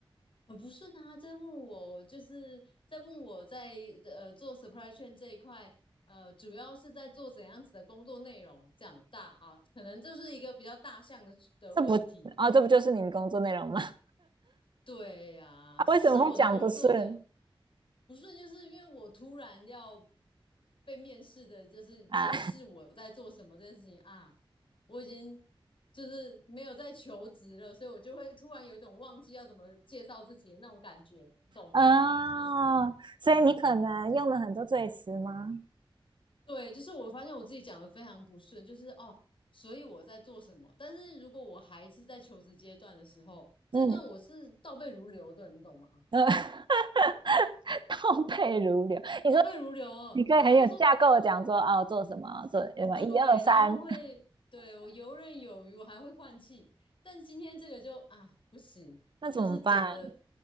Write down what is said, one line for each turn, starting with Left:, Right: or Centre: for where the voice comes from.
Left: 很不顺啊，在问我就是在问我在呃呃做 s u p p r y s h a i n 这一块，呃，主要是在做怎样子的工作内容，长大啊，可能就是一个比较大项的的问题。
Right: 这不啊，这不就是你的工作内容吗？<laughs>
Left: 对呀、啊是是我的工作内容
Right: 啊为什么会讲不顺
Left: 不顺，就是因为我突然要被面试的，就是解释我在做什么这件事情啊，
Right: 啊？
Left: 我已经就是没有在求职了，所以我就会突然有一种忘记要怎么介绍自己的那种感觉，你懂吗？
Right: 啊，所以你可能用了很多赘词吗？
Left: 对，就是我发现我自己讲的非常不顺，就是哦，所以我在做什么？但是如果我还是在求职阶段的时候，这段我是倒背如流的，
Right: 嗯，
Left: 你懂吗？
Right: 呃 <laughs> 倒背如流。你说
Left: 倒背如流啊，
Right: 你可以很有架构的讲说，
Left: 那就说
Right: 哦，做什么，做什么，
Left: 对，
Right: 一二三，
Left: 然后会，对，我游刃有余，我还会换气。但今天这个就啊不行，
Right: 那怎么办？
Left: 就是讲的，